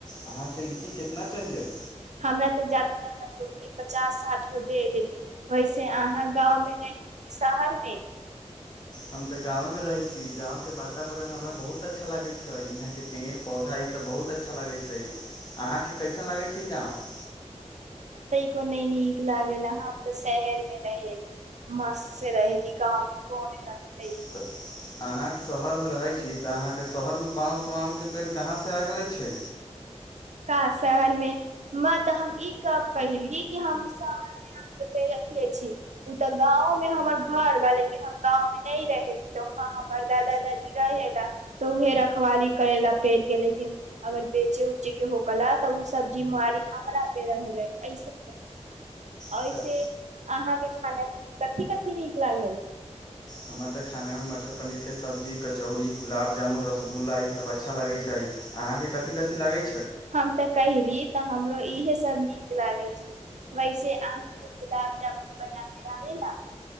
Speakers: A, on the left (about 35°); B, on the right (about 75°).
A: अहाँके लीची कितना चाहिैए
B: हमरा तऽ जादा पचास साठ गो दे देती वैसे अहाँ गाँवमे रही कि शहरमे
A: हम तऽ गाँव मे रहै छी, गाँं के वातावरण हमरा बहुत अच्छा लागैत छै। यहाँ के पेड़ पौधा ई सब बहुत अच्छा लागैत छै। अहाँके कैसन लागैत छै। ई गाँंव
B: को नहि नीक लागल हम तऽ शहर मे रहेली मस्त से रहेली गाँंव मे कोन रहते
A: तऽ अहाँ शहरमे रहै छी तऽ अहाँके शहरमे पाँच स आम के पेड़ कहाँ से आ गेले छै।
B: क शहर मे म तऽ हम ई कहली कि हम शहर मे आ के पेड़ रखले छी। ओ तऽ गाँंवं में हमर घर बा लेकिन हम गांव में नहि रहेली तऽ वहा हमर दादा दादी रहेला तऽ उहे रखवाली करे ला पेड़ के लेकिन अगर बेच के होकल ह तऽ ओ सब्जी मारी हमरा पे रहे ऐसे
A: तऽ
B: ऐसे अहाँ के खाना मे कथिी कथि नीक लाग
A: हमरा तऽ खाना मे मटर पनीर के सब्जी कचौड़ गुलाब जामुन रसगुल्ला ई सब अच्छा लगै छै। अहाँ के कथि कथि लागै छै।
B: हम तऽ कहली तऽ हमरो इहे सब नीक लागै छै। वैसे अहाँके गुलाब जामुन बनाबे आबे ने